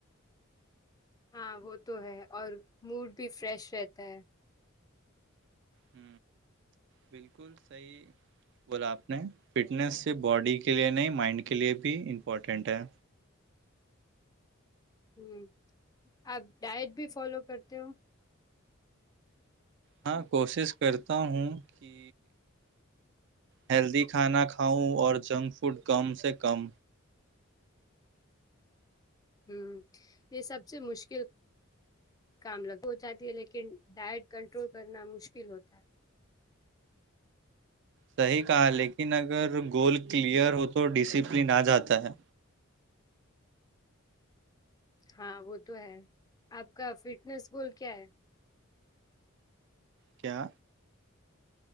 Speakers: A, on the left; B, on the right.
A: ہاں وہ تو ہے اور موڈ بھی فریش رہتا ہے
B: ہ بالکل صحیح بولا آپ نے فٹنس سے باڈی کے لیے نہیں مائنڈ کے لیے بھی امپورٹینٹ ہے
A: ہوں آپ ڈائٹ بھی فالو کرتے ہو
B: ہاں کوشش کرتا ہوں کہ ہیلدی کھانا کھاؤں اور جنک فوڈ کم سے کم
A: ہ یہ سب سے مشکل کام ہو جاتی ہے لیکن ڈائٹ کنٹرول کرنا مشکل ہوتا ہے
B: صحی کہا لیکن اگر گول کلیئر ہو تو ڈسپلن آ جاتا ہے
A: ہاں وہ تو ہے آپ کا فٹنیس بول کیا ہے
B: کیا